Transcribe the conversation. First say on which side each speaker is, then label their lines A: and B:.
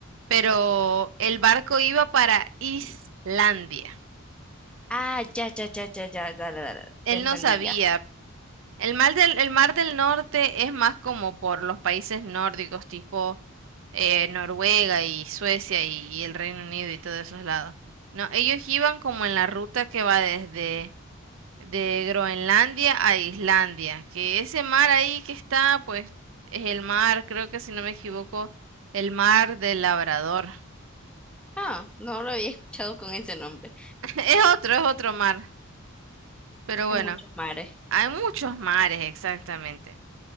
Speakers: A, on the right; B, in the centre.
A: pero el barco iba para Islandia.
B: Ah, ya, ya, ya, ya, ya, dale, dale,
A: Él
B: te entendí
A: no sabía.
B: ya.
A: El mar del, el mar del norte es más como por los países nórdicos, tipo eh, Noruega y Suecia y, y el Reino Unido y todos esos lados. No, ellos iban como en la ruta que va desde de Groenlandia a Islandia, que ese mar ahí que está, pues es el mar, creo que si no me equivoco, el mar del Labrador.
B: Ah, no lo había escuchado con ese nombre.
A: <laughs> Es otro, es otro mar, pero bueno,
B: Hay muchos mares.
A: hay muchos mares exactamente.